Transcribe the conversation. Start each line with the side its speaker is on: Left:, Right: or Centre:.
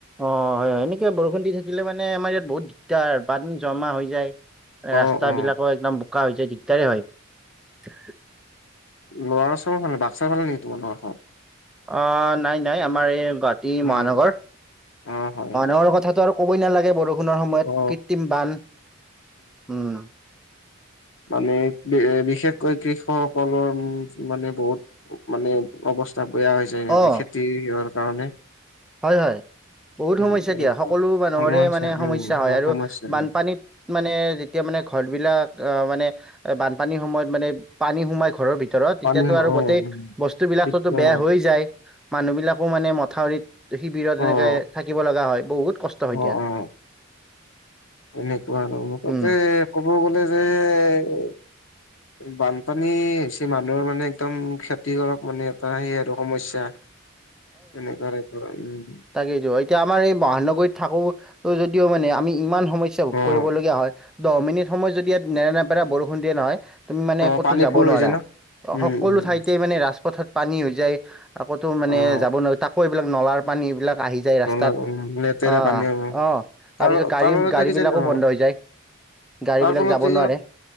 Centre: অ হয় হয় এনেকে বৰষুণ দি থাকিলে মানে আমাৰ ইয়াত বহুত দিগদাৰ হয় পানী জমা হৈ যায়
Left: অ
Centre: ৰাস্তা
Left: অ
Centre: বিলাকো একদম বোকা হৈ যায় দিগদাৰে হয় <unintelligible>
Left: ল'ৰাচৰ চব ভালে বাক্সা ভালে নেকি তোমাৰ ঘৰখন
Centre: অ নাই নাই আমাৰ এই গুৱাহাটী
Left: উম
Centre: মহানগৰ
Left: অ হয় হয়
Centre: মানুহৰ কথাটো আৰু ক'বই নালাগে বৰষুণ সেইটো সময়ত
Left: অ
Centre: কৃত্ৰিম বান উম
Left: মানে বিশেষকৈ কৃষকসকলৰ উম মানে বহুত মানে অৱস্থা বেয়া হৈ যায়
Centre: অ
Left: মানে খেতিৰ হোৱাৰ কাৰণে
Centre: হয় হয় বহুত
Left: উম,
Centre: সমস্যা
Left: তেনেকুৱা
Centre: দিয়া সকলো মানুহৰে
Left: সমস্যা
Centre: মানুহৰে মানে সমস্যা
Left: উম,
Centre: হয়
Left: অ',
Centre: আৰু
Left: সমস্যা
Centre: বানপানীত
Left: উম,
Centre: মানে যেতিয়া মানে ঘৰ বিলাক অ মানে বানপানীৰ সময়ত মানে পানী সোমাই ঘৰৰ ভিতৰত ধৰক তেতিয়াতো
Left: পানী সম
Centre: আৰু
Left: অ',
Centre: গোটেই
Left: উম।
Centre: বস্তু বিলাকতো
Left: কেতিয়া
Centre: বেয়া হৈ যায় মানুহ বিলাকো মানে মথাউৰিত শিবিৰত
Left: অ',
Centre: এনেকে থাকিব লগা হয় বহুত কষ্ট হয় দিয়া
Left: অ অ এনেকুৱা আৰু মুঠতে
Centre: উম
Left: ক'ব গ'লে যে এ বানপানী হৈছে মানুহৰ মানে একদম খেতি কৰক মানে এটা সেই আৰু সমস্যা
Centre: <inaudible>
Left: এনেই <unintelligible> কৰা উ
Centre: তাকেইটো এতিয়া আমাৰ এই মহানগৰীত থাকো যদিও মানে আমি ইমান সমস্যা ভোক
Left: অ',
Centre: কৰিবলগীয়া হয় দহ মিনিট সময় যদি ইয়াত নেৰা নেপেৰা বৰষুণ দিয়ে নহয় তুমি মানে
Left: অ',
Centre: ক'তো
Left: পানী
Centre: যাব
Left: ফুল
Centre: নোৱাৰা
Left: হৈ যায় ন? উম,
Centre: সকলো
Left: উম,
Centre: ঠাইতে মানে ৰাজপথত পানী হৈ যায় আকৌতো মানে
Left: অ',
Centre: যাব নোৱাৰো তাকো এইবিলাক নলাৰ পানী এইবিলাক আহি যায় ৰাস্তাত
Left: নলা উম, লেতেৰা
Centre: অ অ
Left: পানী হ'ব
Centre: তাৰপিছত
Left: তাৰ
Centre: গাড়ী
Left: তাৰ বাবে
Centre: গাড়ী
Left: তই কিজানি
Centre: বিলাকো
Left: অ'।
Centre: বন্ধ হৈ যায় গাড়ী
Left: তাৰ
Centre: বিলাক
Left: ফলত
Centre: যাব
Left: কি
Centre: নোৱাৰে